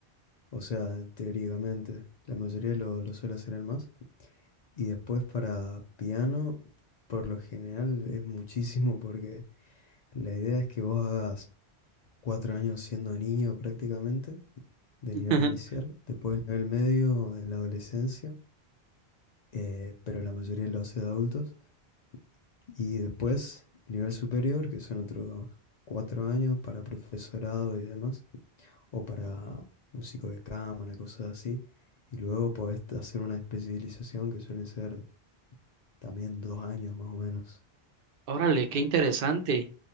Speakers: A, on the left; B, on the right.
A: O sea, teóricamente, la mayoría lo, lo suele hacer en más. Y después para piano, por lo general es muchísimo porque la idea es que vos hagas cuatro años siendo niño prácticamente, de
B: <laughs>
A: nivel inicial, después el nivel medio, en la adolescencia, eh, pero la mayoría lo hace de adultos. Y después, nivel superior, que son otros cuatro años para profesorado y demás, o para músico de cámara, cosas así. Y luego podés hacer una especialización que suelen ser también dos años más o menos.
B: Órale, qué interesante.